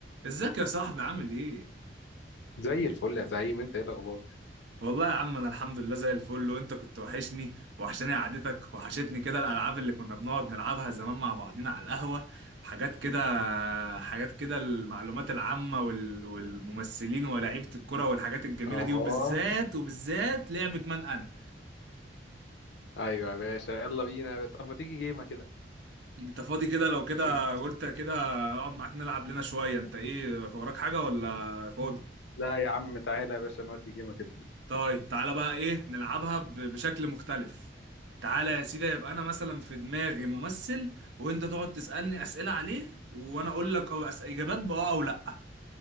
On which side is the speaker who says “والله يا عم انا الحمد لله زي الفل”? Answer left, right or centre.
Right